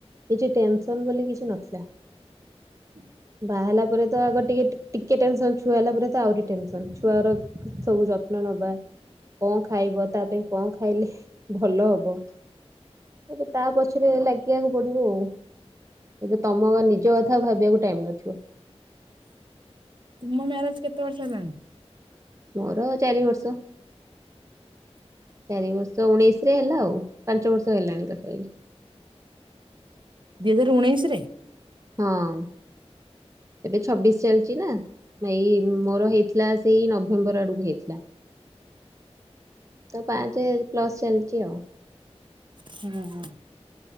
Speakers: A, on the right; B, on the right.
A: କିଛି ଟେନସନ ବୋଲି କିଛି ନଥିଲା।
B: ହୁଁ
A: ବାହାହେଲା ପରେ ତ ଆଗ ଟିକେ ଟିକେ ଟେନସନ ଛୁଆ ହେଲା ପରେ ତ ଆହୁରି ଟେନସନ ଛୁଆର ସବୁ ଯତ୍ନ ନବା କଣ ଖାଇବ ତା ପାଇଁ କଣ ଖାଇଲେ ଭଲ ହବ ଏବେ ତା ପଛରେ ଲାଗି ବାକୁ ପଡିବ ଆଉ ଏବେ ତମ ନିଜ କଥା ଭାବିବାକୁ ଟାଇମ ନଥିବ?
B: ତୁମ ମ୍ୟାରେଜ କେତେ ବର୍ଷ ହେଲାଣି?
A: ମୋର ଚାରି ବର୍ଷ। ଚାରି ବର୍ଷ ଉଣେଇଶରେ ହେଲା ଆଉ ପାଞ୍ଚ ବର୍ଷ ହେଲାଣି ପାଖାପାଖି।
B: ଦିଇ ହଜାର ଉଣେଇଶରେ।
A: ହଁ ଏବେ ଛବିଶ ଚାଲିଛି ନା? ଏଇ ମୋର ହେଇଥିଲା ସେଇ ନଭେମ୍ବର ଆଡକୁ ହେଇଥିଲା। ତ ପାଞ୍ଚ ପ୍ଲସ୍ ଚାଲିଛି ଆଉ।
B: ହୁଁ